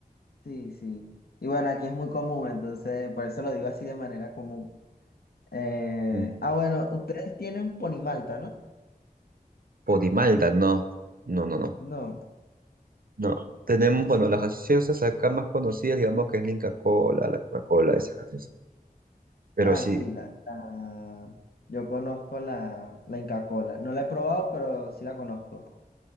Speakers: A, on the left; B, on the right.
A: sí, sí. Y bueno, aquí es muy común, entonces por eso lo digo así de manera común. Eh,
B: Mm.
A: ah, bueno, ustedes tienen Ponimalta, ¿no?
B: Podimalta, no. No, no, no.
A: No.
B: No. Tenemos, bueno, las gaseosas acá más conocidas, digamos que es Linka Cola, la Coca-Cola, esas gaseosas. Pero
A: Ah,
B: sí.
A: sí, la, la- yo conozco la, la Inca Kola. No la he probado, pero sí la conozco.